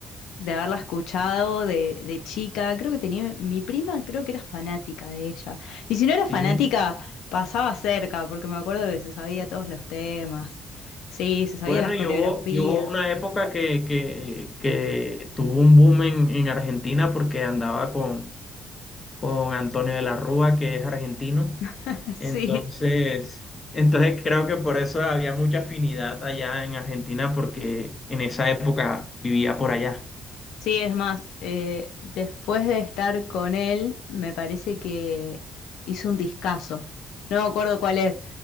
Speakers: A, on the left (about 90°); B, on the left (about 35°).
A: de haberla escuchado de, de chica. Creo que tenía, mi prima creo que era fanática de ella. Y si no era
B: Sí.
A: fanática, pasaba cerca, porque me acuerdo que se sabía todos los temas. Sí, se sabía
B: Bueno,
A: las
B: y
A: coreografías.
B: hubo, y hubo una época que, que, que tuvo un boom en, en Argentina porque andaba con, con Antonio de la Rúa, que es argentino.
A: <laughs>
B: Entonces,
A: Sí.
B: entonces creo que por eso había mucha afinidad allá en Argentina porque en esa época vivía por allá.
A: Sí, es más, eh, después de estar con él, me parece que hizo un discazo. No me acuerdo cuál es,